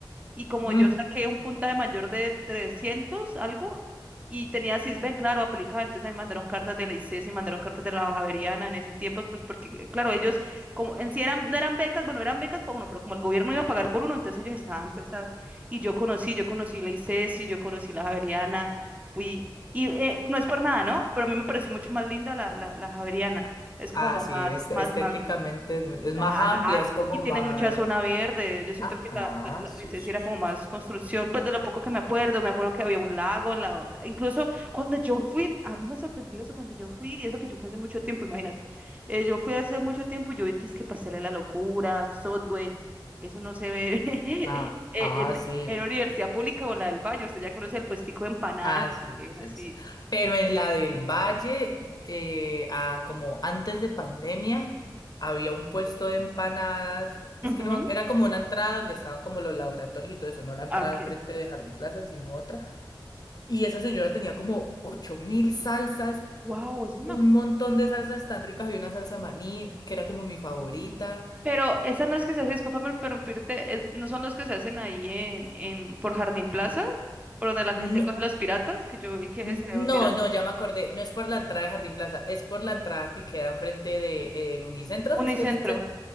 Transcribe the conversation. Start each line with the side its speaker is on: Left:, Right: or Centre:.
Right: y como
Left: Mm.
Right: yo saqué un puntaje mayor de 300 algo, y tenía sisben claro, aplicada, entonces a mí me mandaron cartas de la ICES y mandaron cartas de la Baja Javeriana en ese tiempo, pues porque, claro, ellos, como en sí eran, no eran becas, bueno, eran becas para uno, pero como el gobierno iba a pagar por uno, entonces ellos estaban, pues, a- y yo conocí, yo conocí la ICES y yo conocí la Javeriana, fui, y eh, no es por nada, ¿no? Pero a mí me pareció mucho más linda la, la, la Javeriana, es como
Left: Ah, sí,
Right: más,
Left: este,
Right: más,
Left: estéticamente
Right: más,
Left: es, muy- es
Right: Claro,
Left: más amplia, es como
Right: y tiene
Left: más.
Right: mucha zona verde. Yo siento
Left: Ajá,
Right: que la, la, la
Left: sí,
Right: licencia
Left: sí,
Right: era
Left: sí.
Right: como más
Left: sí.
Right: construcción, pues de lo poco que me acuerdo, me acuerdo que había un lago en la otra. Incluso cuando yo fui, a mí me sorprendió eso cuando yo fui, y eso que yo fui hace mucho tiempo, imagínate. Eh, yo fui hace mucho tiempo, y yo vi que es que Pastel de la Locura, Subway, eso no se ve <laughs>
Left: Ah,
Right: en,
Left: ah, sí.
Right: en, en la universidad pública o en la del Valle. Usted ya conoce el puestico de empanadas,
Left: Ah, sí,
Right: eh,
Left: sí,
Right: así.
Left: sí. Pero en la del Valle, eh, ah, como antes de pandemia, había un puesto de empanadas. Es
Right: Ujú,
Left: que no, me ac- era como una entrada donde estaban como los laboratorios y todo eso, no la entrada
Right: Ok.
Left: enfrente de Jardín Plaza, sino otra. Y esa señora tenía como ocho mil salsas
Right: Wow, eso no
Left: un
Right: me
Left: montón de salsas tan ricas. Había una salsa maní que era como mi favorita.
Right: Pero esas no es que se hace, discúlpame por interrumpirte, eh, no son los que se hacen ahí en, en por Jardín Plaza, por donde la
Left: No,
Right: gente coge los piratas, que yo vi que
Left: n-
Right: se
Left: no,
Right: olvidan.
Left: no, ya me acordé. No es por la entrada de Jardín Plaza, es por la entrada que queda enfrente de, eh, del Unicentro.
Right: Unicentro.
Left: Es que el ce-